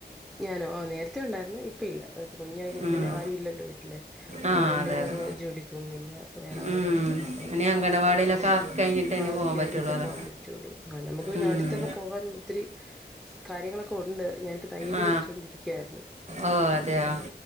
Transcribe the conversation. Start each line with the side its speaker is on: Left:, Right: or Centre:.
Centre: ഞാനോ ആഹ് നേരത്തെ ഒണ്ടാരുന്നു, ഇപ്പ ഇല്ല. കുഞ്ഞായി കഴിഞ്ഞ്
Right: ഉം.
Centre: പിന്നെ ആരും ഇല്ലല്ലോ വീട്ടില്
Right: ആ
Centre: അവര് രണ്ട്
Right: അതെ
Centre: പേരും
Right: അതെ
Centre: അങ്ങ് ജോലിക്ക് പോകും, പിന്നെ വേറെ ആരും
Right: ഉം.
Centre: ഇല്ല അപ്പം
Right: ഇനി അങ്കണവാടിയിലൊക്കെ ആക്കി കഴിഞ്ഞിട്ട്
Centre: <unintelligible>
Right: ഇനി പോകാൻ പറ്റുള്ളൂ അല്ലേ
Centre: പോവാൻ പറ്റു റ്റുള്ളൂ. നമുക്ക് പിന്നെ
Right: ഉം.
Centre: അടുത്തൊക്കെ പോവാൻ ഒത്തിരി കാര്യങ്ങളൊക്കെ ഒണ്ട്, ഞാനിപ്പൊ തയ്യല്
Right: ആ
Centre: പടിച്ചോണ്ടിരിക്കാര്ന്ന്
Right: ഓ അതെയോ